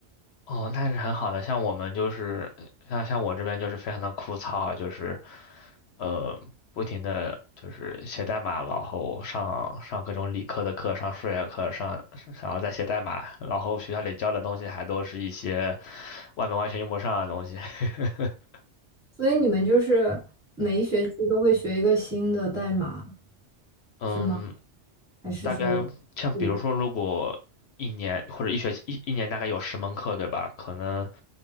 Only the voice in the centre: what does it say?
所以你们就是每一学期都会学一个新的代码，
是吗？还是说不一，